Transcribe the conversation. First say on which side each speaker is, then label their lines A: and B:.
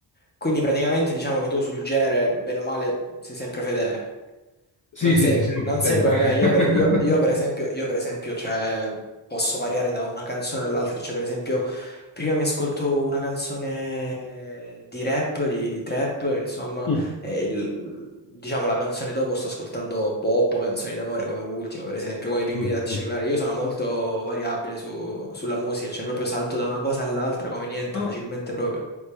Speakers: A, on the left (about 20°); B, on the left (about 45°).
A: Quindi praticamente diciamo che tu sul genere, bene o male, sei sempre fedele.
B: sì,
A: Non
B: sì,
A: sei,
B: sì, sempre,
A: non sei
B: sempre.
A: come me, io
B: <laughs>
A: per, io- io per esempio, io per esempio, cioè, posso variare da una canzone all'altra, cioè per esempio prima mi ascolto una canzone di rap, di, di trap, insomma,
B: Mm,
A: e il- diciamo la canzone dopo sto ascoltando pop o canzoni d'amore come ultimo, per esempio, come i Pinguini
B: mm,
A: Tattici
B: mm.
A: Nucleari, io sono molto variabile su- sulla musica, cioè proprio salto da una cosa all'altra come niente,
B: Ah, no.
A: facilmente proprio.